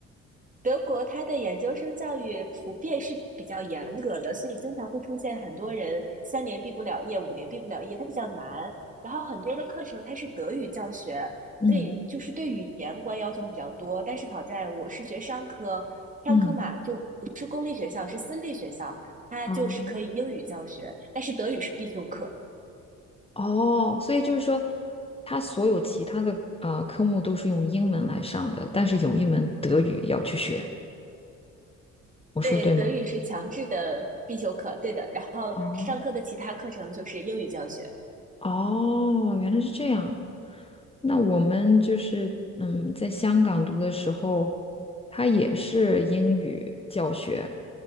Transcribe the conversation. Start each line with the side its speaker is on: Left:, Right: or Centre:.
Right: 德国它的研究生教育普遍是比较严格的，所以经常会出现很多人三年毕不了业，五年毕不了业，它比较难。然后很多的课程它是德语教学，
Left: 嗯
Right: 所以就是对语言关要求比较多。但是好在我是学商科，商科嘛就不是公立学校，
Left: 嗯，
Right: 是私立学校，它就是可以英语教学，
Left: 哦
Right: 但是德语是必修课。
Left: 哦，所以就是说，他所有其他的呃科目都是用英文来上的，但是有一门德语要去学。我说对吗？
Right: 对，德语是强制的必修课，对的。然后上课的其他课程就是英语教学。
Left: 哦哦，原来是这样。那我们就是嗯，在香港读的时候，它也是英语教学，